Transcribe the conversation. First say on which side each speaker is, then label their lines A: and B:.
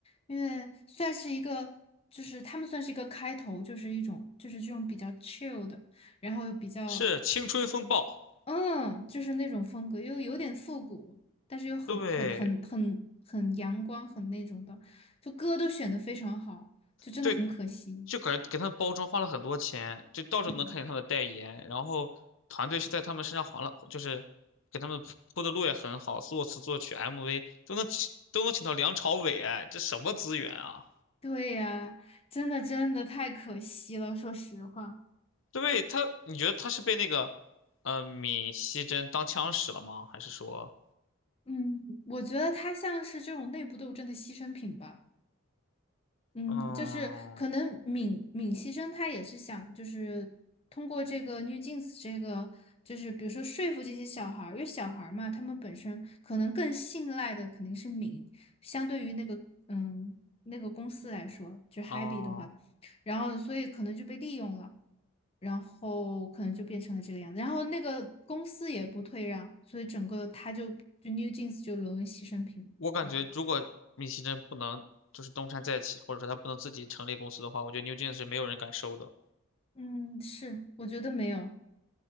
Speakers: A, on the left (about 25°); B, on the left (about 65°).
A: 因为算是一个，就是他们算是一个开头，就是一种就是这种比较 chill 的，然后又比较
B: 是青春风暴，
A: 嗯，就是那种风格，又有点复古，但是又很很很很很阳光，
B: 对
A: 很那种的，就歌都选的非常好，就真的很可惜。
B: 对，就感觉给他们包装花了很多钱，就到处都能看见他们的代言，
A: 嗯，
B: 然后团队是在他们身上划了，就是给他们铺铺的路也很好，作词作曲 MV 都能请都能请到梁朝伟，哎，这什么资源啊？
A: 对呀，真的真的太可惜了，说实话。
B: 对他，你觉得他是被那个呃闵熙珍当枪使了吗？还是说，
A: 嗯，我觉得他像是这种内部斗争的牺牲品吧。嗯，
B: 嗯，
A: 就是可能闵闵熙珍他也是想，就是通过这个 New Jeans 这个，就是比如说说服这些小孩儿，因为小孩儿嘛，他们本身可能更信赖的肯定是闵，相对于那个嗯那个公司来说，就 Happy
B: 哦，
A: 的话，然后所以可能就被利用了，然后可能就变成了这个样子，然后那个公司也不退让，所以整个他就就 New Jeans 就沦为牺牲品，
B: 我感觉如果闵熙珍不能就是东山再起，
A: 我觉得，
B: 或者说他不能自己成立公司的话，我觉得牛 e 是没有人敢收的。
A: 嗯，是，我觉得没有，